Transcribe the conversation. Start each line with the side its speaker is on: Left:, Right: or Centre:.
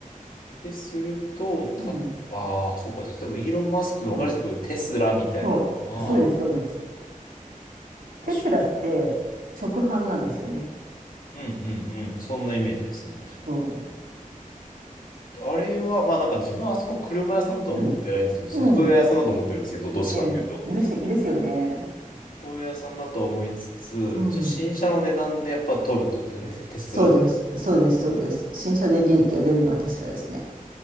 Left: ですると、た、
Right: うん、
Left: ああ、そうか。じゃあ例えばイーロン・マスクの分かりやすいところでテスラみたいなのは、
Right: うん、そう、そうです、そうです。
Left: 確か、
Right: テスラって直販なんですよね。
Left: うんうんうん。そんなイメージですね、確かに。
Right: そ
Left: あれは、まあなんか自分はあそこ車屋さんだとは思ってないんですけど、
Right: う。うん、
Left: ソフトウェア屋さんだと思ってるんですけど、
Right: うん。
Left: どっちかっていうと。
Right: ええ、です、
Left: ソ
Right: ですよね。
Left: フトウェア屋さんだと思いつつ、
Right: うん。
Left: じゃあ新車の値段でやっぱ取るってことですよね、テテスラって。
Right: そうです、そうです、そうです。新車で利益が出るのはテスラですね。